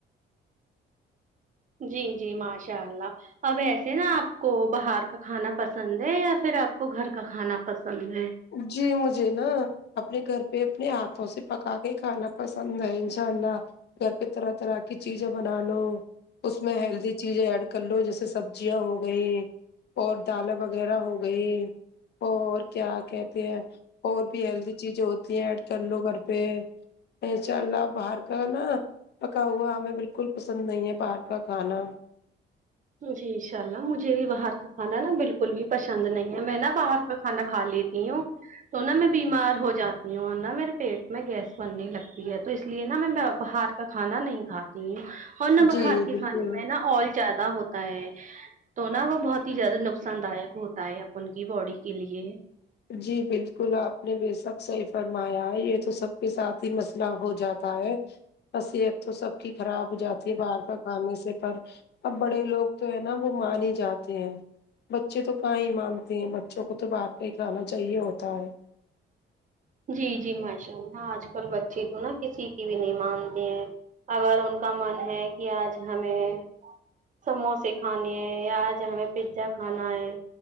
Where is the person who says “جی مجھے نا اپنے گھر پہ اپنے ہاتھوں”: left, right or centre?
Left